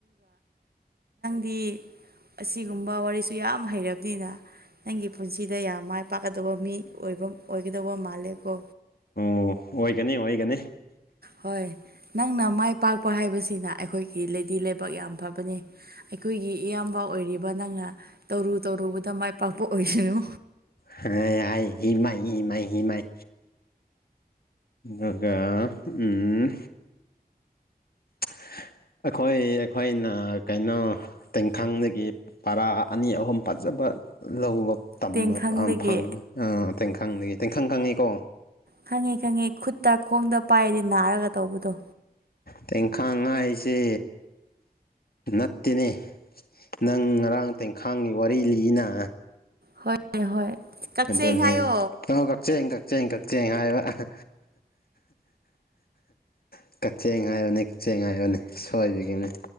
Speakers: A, on the right; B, on the left.
A: ꯗꯤ ꯑꯁꯤꯒꯨꯝꯕ ꯋꯥꯔꯤꯁꯨ ꯌꯥꯝ ꯍꯩꯔꯕꯅꯤꯅ ꯅꯪꯒꯤ ꯄꯨꯟꯁꯤꯗ ꯌꯥꯝ ꯃꯥꯏ ꯄꯥꯛꯀꯗꯕ ꯃꯤꯕ ꯑꯣꯏꯕꯝ ꯑꯣꯏꯒꯗꯧꯕ ꯃꯥꯜꯂꯦꯀꯣ
B: ꯎꯝ ꯑꯣꯏꯒꯅꯤ ꯑꯣꯏꯒꯅꯤ
A: ꯍꯣꯏ ꯅꯪꯅ ꯃꯥꯏ ꯄꯥꯛꯄ ꯍꯥꯏꯕꯁꯤꯅ ꯑꯩꯈꯣꯏꯒꯤ ꯂꯦꯗꯤ ꯂꯦꯕꯥꯛ ꯌꯥꯝ ꯐꯕꯅꯦ ꯑꯩꯈꯣꯏꯒꯤ ꯏꯌꯥꯝꯕ ꯑꯣꯏꯔꯤꯕ ꯅꯪꯅ ꯇꯧꯔꯨ ꯇꯧꯔꯨꯕꯗ ꯃꯥꯏ ꯄꯥꯛꯄ ꯑꯣꯏꯁꯅꯨ
B: ꯍ <unintelligible> ꯍꯥꯏ ꯍꯤꯃꯥꯏ ꯍꯤꯃꯥꯏ ꯍꯤꯃꯥꯏ ꯗꯨꯒꯥ ꯎꯝꯍ <unintelligible> ꯑꯈꯣꯏ ꯑꯩꯈꯣꯏꯅ ꯀꯩꯅꯣ ꯇꯦꯡꯈꯪꯗꯒꯤ ꯄꯔꯥ ꯑꯅꯤ ꯑꯍꯨꯝ ꯐꯖꯕ ꯕ ꯂꯧꯕ ꯇꯝꯕ
A: ꯇꯦꯡꯈꯪꯗꯒꯤ
B: ꯑꯝ ꯐꯪ ꯑꯥ ꯇꯦꯡꯈꯪꯗꯒꯤ ꯇꯦꯡꯈꯪ ꯈꯪꯉꯦꯀꯣ
A: ꯈꯪꯉꯦ ꯈꯪꯉꯦ ꯈꯨꯠꯇ ꯈꯣꯡꯗ ꯄꯥꯏꯔꯗꯤ ꯅꯥꯔꯒ ꯇꯧꯕꯗꯣ
B: ꯇꯦꯡꯈꯥꯡ ꯉꯥꯏꯁꯦ ꯅꯠꯇꯦꯅꯦ ꯅꯪ ꯉꯔꯥꯡ ꯇꯦꯡꯈꯥꯡꯒꯤ ꯋꯥꯔꯤ ꯂꯤꯏꯅꯥ
A: ꯍꯣꯏ ꯍꯣꯏ ꯀꯛꯆꯦꯡ
B: ꯑꯗꯨꯅꯦ
A: ꯍꯥꯏꯌꯣ
B: ꯑꯣ ꯀꯛꯆꯦꯡ ꯀꯛꯆꯦꯡ ꯀꯛꯆꯦꯡ ꯍꯥꯏꯕ ꯑꯥꯍ <unintelligible> ꯀꯛꯆꯦꯡ ꯍꯥꯏꯕꯅꯦ ꯀꯛꯆꯦꯡ ꯍꯥꯏꯕꯅꯦ ꯁꯣꯏꯕꯒꯤꯅꯤ